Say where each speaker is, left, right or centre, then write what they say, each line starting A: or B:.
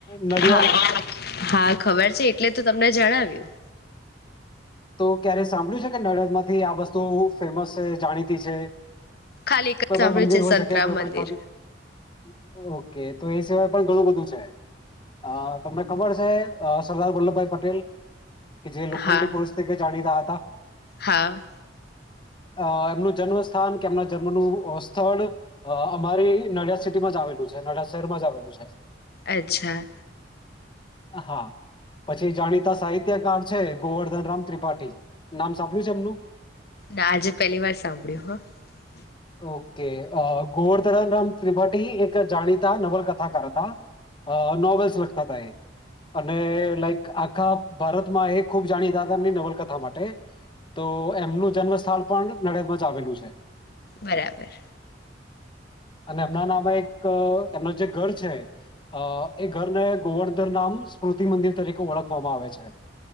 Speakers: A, on the left; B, on the left.
A: નડિયાદ.
B: હા હા ખબર છે એટલે તો તમને જણાવ્યું
A: તો ક્યારે સાંભળ્યું છે કે નડિયાદમાંથી આ વસ્તુ ફેમસ છે જાણીતી છે.
B: ખાલી એક
A: કોઈ
B: જ સાંભળ્યું
A: પણ મંદિર
B: છે
A: હોય
B: સંતરામ
A: શકે કોઈ
B: મંદિર
A: પણ <unintelligible> ઓકે. તો એ સિવાય પણ ઘણું બધું છે અ તમને ખબર છે અ સરદાર વલ્લભભાઈ પટેલ? કે જે લોખંડી
B: હા
A: જાણીતા હતાં.
B: હા.
A: અ એમનું જન્મસ્થાન કે એમના જન્મનું સ્થળ અ અમારી નડિયાદ સિટીમાં જ આવેલું છે નડિયાદ શહેરમાં જ આવેલું છે.
B: અચ્છા.
A: હા પછી જાણીતા સાહિત્યકાર છે ગોવર્ધન રામ ત્રિપાઠી નામ સાંભળ્યું છે એમનું?
B: ના આજે પેલી વાર સાંભળ્યું હ.
A: ઓકે, અ ગોવર્ધનનરામ ત્રિપાઠી એક જાણીતા નવલકથાકાર હતા અ નોવેલ્સ લખતા હતા એ અને લાઈક આખા ભારતમાં એ ખૂબ જાણીતા હતા એમની નવલકથા માટે તો એમનું જન્મસ્થાન પણ નડિયાદમાં જ આવેલું છે.
B: બરાબર.
A: અને એમના નામે એક એમનું જે ઘર છે અ એ ઘરને ગોવર્ધનરામ સ્મૃતિ મંદિર તરીકે ઓળખવામાં આવે છે.